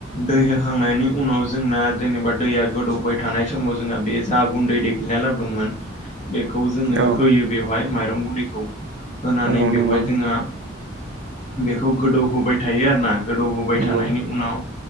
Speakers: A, on the left; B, on the right.
A: दै होखांनायनि उनाव जोंना जेनेबा दैया गोदौबाय थानाय समाव जोंहा बे जा गुन्दै दे ग्लिना लाबोदोंमोन खौ जोङो
B: औ
A: होयो बेवहाय माइरं गुन्दैखौ होनानै
B: औ
A: बेवहाय
B: नंगौ
A: जोङा बेखौ गोदौहोबाय थायो आरोना गोदौ होबाय
B: नंगौ
A: थानायनि उनाव